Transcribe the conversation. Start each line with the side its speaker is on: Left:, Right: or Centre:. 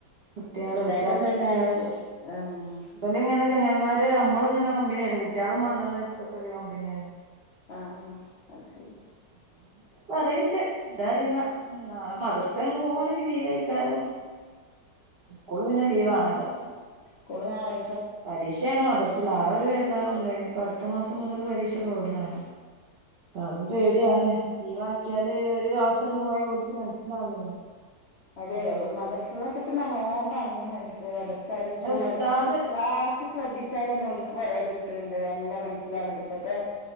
Right: കുട്ട്യേൾ
Left: കുട്ടികൾക്കും
Right: കുട്ടേൾക്ക്
Left: തന്നെ
Right: ഇഷ്ടേ <unintelligible>
Left: അതൊരു
Right: ക്കാരം
Left: ആഹ്
Right: ഇബല് ഇങ്ങനെ ങ്ങായിമാര് നമ്മളിങ്ങനെ കമ്പനിയായി കുട്ടികളും വേണ്ടന്ന് ത് ക്കൊക്കെ ഒര് കമ്പനിയാവ
Left: ആഹ് അത് ശരി
Right: <unintelligible> പറയ്ണ്ട് എന്താറില്ല നാളെ മദർസ അങ്ങ് പോവുവാണെങ്കിൽ ലീവ് ആയിക്കാറ്. സ്കൂള് പിന്നെ ലീവാണല്ലോ.
Left: സ്കൂള് ഞാറാഴ്
Right: പരീക്ഷാണ് മദർസില് ആ ഒരു വേ ചാ <unintelligible> റുണ്ട് ഇനി ഇപ്പൊ അടുത്ത മാസം മുതൽ പരീക്ഷ തുടങ്ങാണ്. അപ്പൊ അതും പേടിയാണ്. ലീവ് ആക്കിയാല് ഒരു ദിവസംന്ന് പോയ ഓൽക്ക് മനസ്സിലാവില്ലല്ലോ.
Left: അതെ
Right: പിന്നെ
Left: മദ്രസൊക്കെ ഇപ്പ നല്ലോം പറഞ്ഞ് മന മദ്രസയാലും
Right: പിന്നെ
Left: സ്കൂളായാലും
Right: ഉസ്താദ്
Left: ക്ലാസ് ശ്രദ്ധിച്ചാതന്നെ ഓൽക്ക് കൊറേ കിട്ടണ് ണ്ട് നല്ല മനസ്സിലാവ്ണ് ണ്ട് ഇപ്പത്തെ